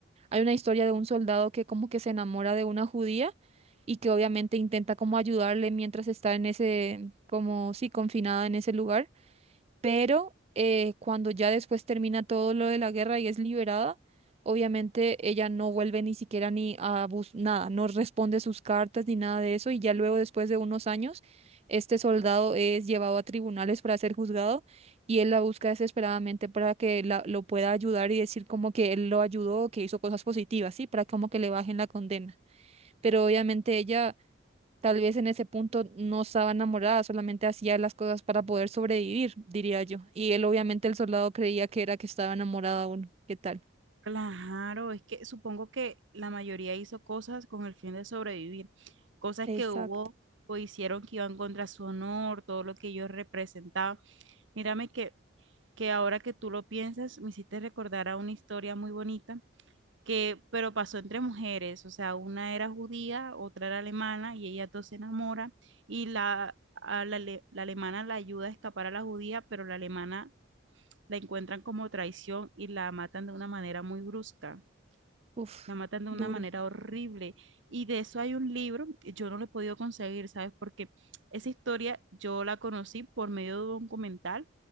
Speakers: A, on the right; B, on the right.
A: hay una historia de un soldado que como que se enamora de una judía y que obviamente intenta como ayudarle mientras está en ese, como sí, confinada en ese lugar pero eh, cuando ya después termina todo lo de la guerra y es liberada, obviamente ella no vuelve ni siquiera ni a bus nada, no responde sus cartas ni nada de eso y ya luego después de unos años este soldado es llevado a tribunales para ser juzgado y él la busca desesperadamente para que la- lo pueda ayudar y decir como que él lo ayudó, que hizo cosas positivas, ¿sí? Para como que le bajen la condena. Pero obviamente ella Tal vez en ese punto no estaba enamorada, solamente hacía las cosas para poder sobrevivir, diría yo. Y él, obviamente, el soldado creía que era que estaba enamorada uno. ¿Qué tal?
B: Claro, es que supongo que la mayoría hizo cosas con el fin de sobrevivir, cosas
A: Exacto.
B: que hubo o hicieron que iban contra su honor, todo lo que ellos representaban, Mírame que, que ahora que tú lo piensas, me hiciste recordar a una historia muy bonita que, pero pasó entre mujeres, o sea, una era judía, otra era alemana y ellas dos se enamoran y la, a la, ale- la alemana la ayuda a escapar a la judía, pero la alemana la encuentran como traición y la matan de una manera muy brusca.
A: Uf,
B: La matan de
A: duro.
B: una manera horrible. Y de eso hay un libro, yo no lo he podido conseguir, ¿sabes? Porque esa historia yo la conocí por medio de un documental